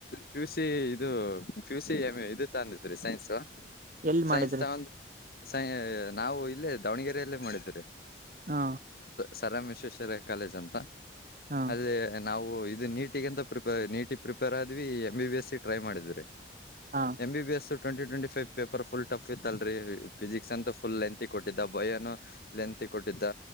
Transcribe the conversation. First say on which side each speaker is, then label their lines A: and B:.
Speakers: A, on the left; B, on the right.
A: ಪಿಯುಸಿ ಇದು ಪಿಯುಸಿ ಇದು ತಂದಿದ್ರಿ. ಸೈನ್ಸ್.
B: ಎಲ್ಲಿ
A: ಸೈನ್ಸ್
B: ಮಾಡಿದ್ರಿ
A: ತಗೊಂಡ ಸೈ ನಾವು ಇಲ್ಲೇ ದಾವಣಗೆರೆಯಲ್ಲೇ ಮಾಡಿದೀರಿ.
B: ಹಾ
A: ಸರ್ ಎಂ ವಿಶ್ವೇಶ್ವರಯ ಕಾಲೇಜ್ ಅಂತ
B: ಹಾ
A: ಅಲ್ಲಿ ನಾವು. ಇದು ನೀಟ್ಗ ಅಂತ ಪ್ರಿಪೆರ್ ನೀಟಿಗೆ ಪ್ರಿಪೇರ್ ಆದ್ವಿ ಎಂ ಬಿ ಬಿ ಎಸ ಗೆ ಟ್ರೈ ಮಾಡಿದ್ ರೀ.
B: ಹಾ
A: M B B S. Twenty twenty paper full tough ಇತ್ತಲ್ರರಿ ಫಿಸಿಕ್ಸ್ ಅಂತ ಫುಲ್ ಲೆಂತ್ ಕೊಟ್ಟಿದ್ದ ಬಯನು ಲೆಂತ್. ಕೊಟ್ಟಿದ್ದ